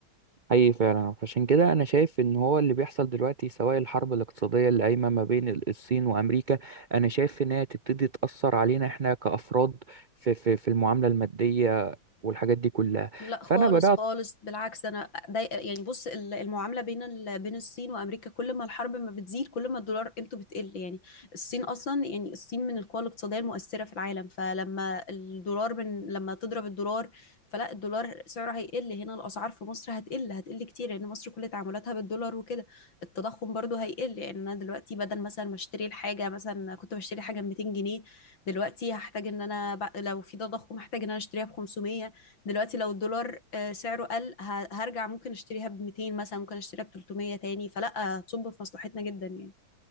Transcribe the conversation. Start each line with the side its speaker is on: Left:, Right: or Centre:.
Right: حقيقي فعلا عشان كده أنا شايف إن هو اللي بيحصل دلوقتي سواء الحرب الاقتصادية اللي قايمة ما بين ال- الصين وأمريكا أنا شايف إن هي تبتدي تأثر علينا إحنا كأفراد في في في المعاملة المادية والحاجات دي كلها
Left: لا خالص
Right: فأنا بدأت
Left: خالص بالعكس انا ضايقه يعني بص ال- المعامله بين ال... بين الصين وامريكا كل ما الحرب ما بتزيد كل ما الدولار قيمته بتقل يعني الصين اصلا يعني الصين من القوى الاقتصاديه المؤثره في العالم فلما الدولار من... لما تضرب الدولار فلا الدولار سعره هيقل هنا الاسعار في مصر هتقل هتقل كتير لان مصر كل تعاملاتها بالدولار وكده التضخم برضو هيقل يعني انا دلوقتي بدل مثلا ما اشتري الحاجه مثلا كنت بشتري حاجه ب 200 جنيه دلوقتي هحتاج ان انا ب... لو في تضخم هحتاج ان انا اشتريها ب 500 دلوقتي لو الدولار آه، سعره قل ه- هرجع ممكن اشتريها ب 200 مثلا ممكن اشتريها ب 300 تاني فلا هتصب في مصلحتنا جدا يعني